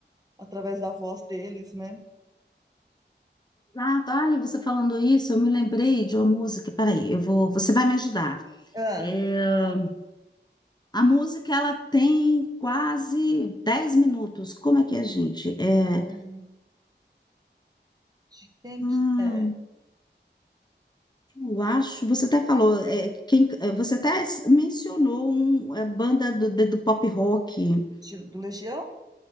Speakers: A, on the right; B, on the left.
A: através da voz deles, né?
B: Ah, tá, e você falando isso, eu me lembrei de uma música. Peraí, eu vou, você vai me ajudar.
A: Ah,
B: É, a música, ela tem quase 10 minutos. Como é que é, gente? É.
A: ai, de quem
B: hum,
A: que é?
B: Eu acho, você até falou, é, quem, é, você até s- mencionou um, é, banda do, do, do pop rock.
A: De- do Legião?